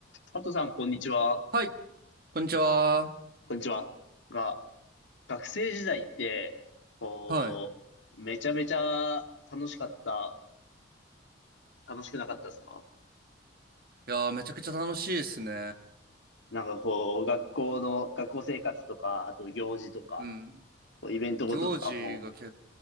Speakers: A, on the left; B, on the right.
A: 佐藤さん、こんにちは。
B: はい、こんにちは。
A: こんにちは。が、学生時代って、こう、
B: はい。
A: めちゃめちゃ楽しかった、楽しくなかったですか
B: いやー、めちゃくちゃ楽しいですね。
A: なんかこう、学校の、学校生活とか、あと行事とか、
B: うん。
A: こうイベントごととかも、
B: 行事が結